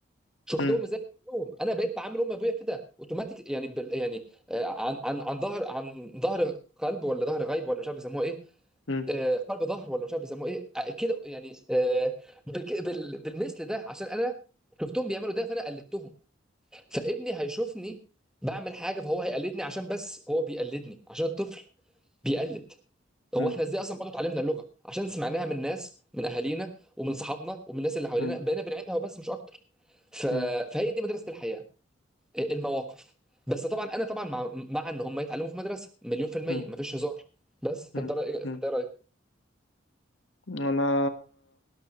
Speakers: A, in the centre; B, on the left.
A: شفتهم
B: مم.
A: ازاي بيعملوهم انا بقيت بعامل ام ابويا كده اوتوماتيك يعني بال يعني آه، عن عن عن ظهر عن ظهر قلب ولا ظهر غيب ولا مش عارف بيسموه ايه
B: مم.
A: آه، قلب ظهر ولا مش عارف بيسموه ايه آه، كده يعني آه، بك- بال- بالمثل ده عشان انا شفتهم بيعملوا ده فانا قلدتهم فابني هيشوفني بعمل حاجه فهو هيقلدني عشان بس هو بيقلدني عشان الطفل بيقلد هو
B: مم.
A: احنا ازاي اصلا برضه اتعلمنا اللغه عشان سمعناها من ناس من اهالينا ومن صحابنا ومن الناس اللي حوالينا
B: مم.
A: بقينا بنعيدها وبس مش اكتر ف...
B: مم.
A: فهي دي مدرسه الحياه المواقف بس طبعا انا طبعا مع مع ان هم يتعلموا في مدرسه مليون في الميه
B: مم.
A: مفيش هزار بس فانت
B: مم.
A: رايك فانت
B: مم.
A: إيه رايك
B: انا